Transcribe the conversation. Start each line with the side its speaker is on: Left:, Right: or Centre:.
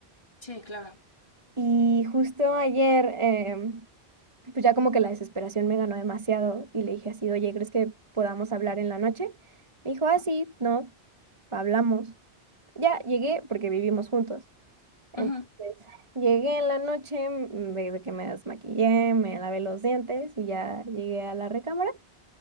Left: Sí, claro.
Right: Y justo ayer, em, pues ya como que la desesperación me ganó demasiado y le dije así, oye, ¿crees que podamos hablar en la noche? Me dijo, ah, sí, no, hablamos. Ya, llegué porque vivimos juntos. Entonces,
Left: Ujú.
Right: llegué en la noche, mm, de de que me desmaquillé, me lavé los dientes y ya llegué a la recámara.